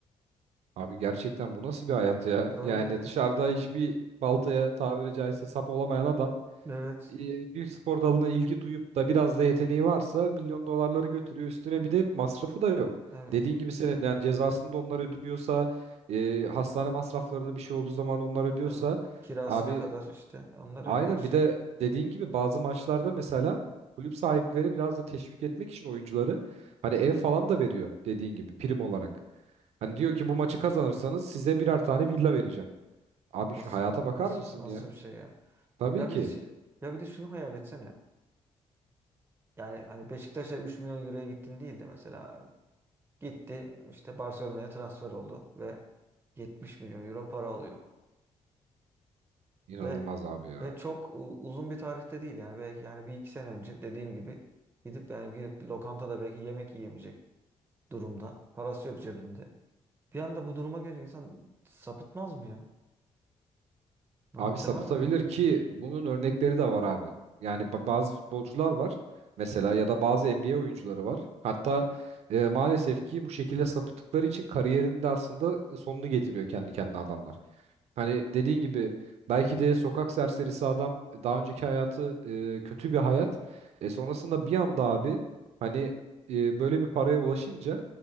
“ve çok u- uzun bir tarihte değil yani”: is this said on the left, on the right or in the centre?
Right